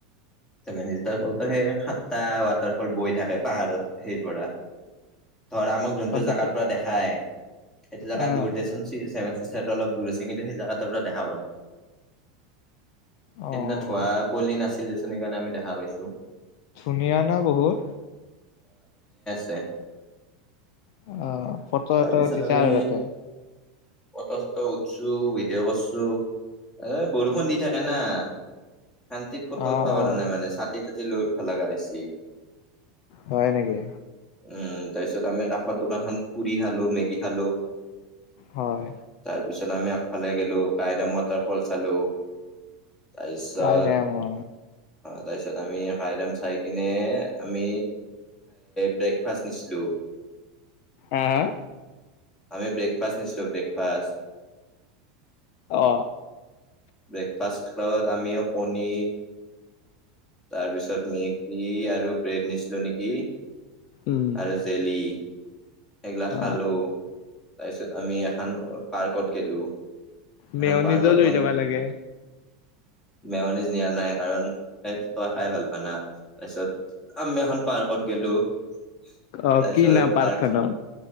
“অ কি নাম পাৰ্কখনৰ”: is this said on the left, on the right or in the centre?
Left